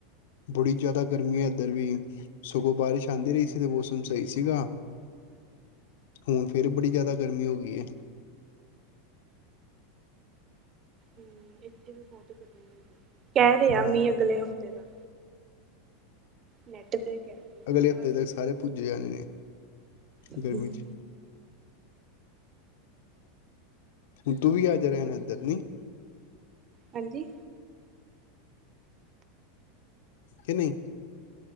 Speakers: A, on the left (about 65°); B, on the right (about 20°).
A: ਬੜੀ ਜਾਦਾ ਗਰਮੀ ਐ ਏੱਧਰ ਵੀ ਸਗੋਂ ਬਾਰਿਸ਼ ਆਂਦੀ ਰਈ ਸੀ ਤੇ ਮੌਸਮ ਸਈ ਸੀਗਾ। ਹੁਣ ਫੇਰ ਬੜੀ ਜਾਦਾ ਗਰਮੀ ਹੋ ਗਈ ਏ।
B: ਹੂੰ ਏੱਥੇ ਵੀ ਬੋਤ ਗਰਮੀ ਹੈਗੀ, ਕੈ ਰਏ ਆ
A: ਹਮ
B: ਮੀਂਹ ਅਗਲੇ ਹਫ਼ਤੇ ਦਾ। ਨੈਂਟ ਤੇ ਕਹਿ ਰਹੇ
A: ਅਗਲੇ
B: ਦਿਖਾ
A: ਹਫ਼ਤੇ
B: ਰਹੇ
A: ਤੱਕ ਸਾਰੇ ਭੁੱਜੇ ਜਾਣੇ ਨੇ,
B: ਸੀ।
A: ਗਰਮੀ 'ਚ ਫੇਰ ਤੂੰ ਵੀ ਆਜਾ ਰੈਣ ਏਦਰ ਨਈ?
B: ਹਾਂਜੀ?
A: ਕਿ ਨਈ